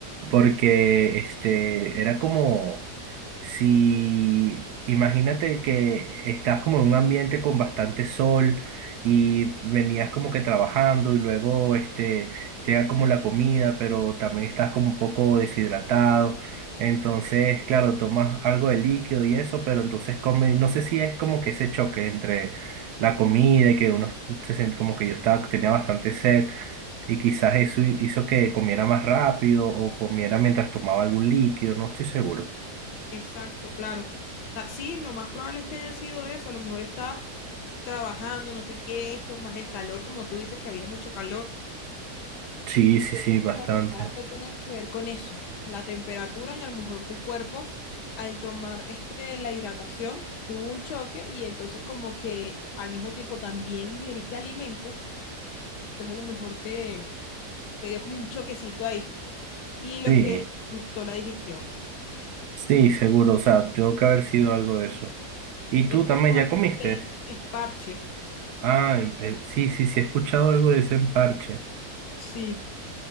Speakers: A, on the right (about 75°); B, on the left (about 85°).
A: porque este era como si, imagínate que estás como en un ambiente con bastante sol y venías como que trabajando y luego este llega como la comida, pero también estás como un poco deshidratado. Entonces, claro, tomas algo de líquido y eso, pero entonces comes, no sé si es como que ese choque entre la comida y que uno se sent- como que yo estaba, tenía bastante sed y quizás eso hi- hizo que comiera más rápido o comiera mientras tomaba algún líquido, no estoy seguro.
B: Exacto, claro. Ta- Sí, lo más probable es que haya sido eso. A lo mejor estabas trabajando, no sé qué, esto, más el calor, como tú dices que había mucho calor.
A: Sí, sí, sí, bastante.
B: A lo mejor algo tenía que ver con eso, la temperatura y a lo mejor tu cuerpo, al tomar este, la hidratación, tuvo un choque y entonces como que al mismo tiempo también ingeriste alimento, entonces a lo mejor te, te dio como un choquecito ahí y lo
A: Sí,
B: que dificultó la digestión.
A: sí, seguro, o sea, tengo que haber sido algo de eso. ¿Y
B: Es
A: tú
B: como
A: también ya
B: aquí
A: comiste?
B: le dicen esparche.
A: Ah, em- eh, sí, sí, sí, he escuchado algo de ese emparche.
B: Sí.